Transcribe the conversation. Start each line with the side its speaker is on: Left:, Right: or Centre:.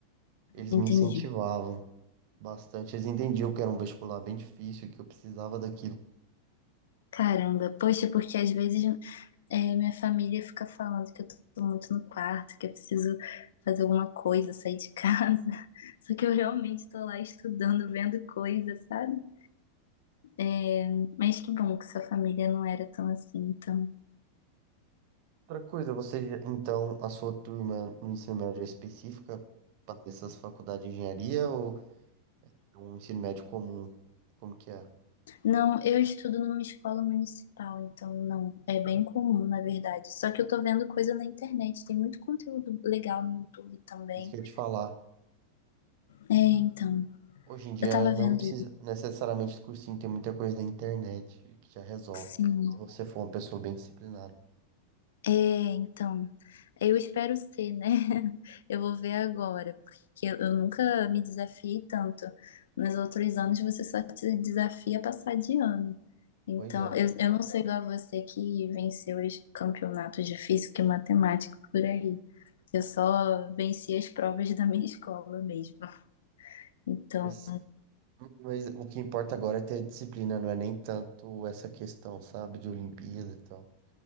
Right: Eles
Left: Entendi.
Right: me incentivavam bastante, eles entendiam que era um vestibular bem difícil, que eu precisava daquilo.
Left: Caramba, poxa, porque às vezes é, minha família fica falando que eu tô muito no quarto, que eu preciso fazer alguma coisa, sair de casa. <laughs> Só que eu realmente tô lá estudando, vendo coisas, sabe? É, mas que bom que sua família não era tão assim, então.
Right: Outra coisa, você, então, a sua turma no ensino médio é específica para essas faculdades de engenharia ou é um ensino médio comum? Como que é?
Left: Não, eu estudo numa escola municipal, então não, é bem comum, na verdade. Só que eu tô vendo coisa na internet, tem muito conteúdo legal no YouTube também.
Right: Isso que eu ia te falar.
Left: É, então,
Right: Hoje em dia
Left: eu tava
Right: não
Left: vendo
Right: precisa
Left: isso,
Right: necessariamente de cursinho, tem muita coisa na internet que já resolve,
Left: sim.
Right: se você for uma pessoa bem disciplinada.
Left: É, então, eu espero ser, né? <laughs> Eu vou ver agora, porque eu eu nunca me desafiei tanto. Nos outros anos você só se desafia a passar de ano. Então,
Right: Pois é,
Left: eu, eu não sei igual a você que venceu os campeonatos de física e matemática por aí. Eu só venci as provas da minha escola mesmo. Então,
Right: mas, mas o que importa agora é ter disciplina, não é nem tanto essa questão, sabe, de Olimpíada e tal.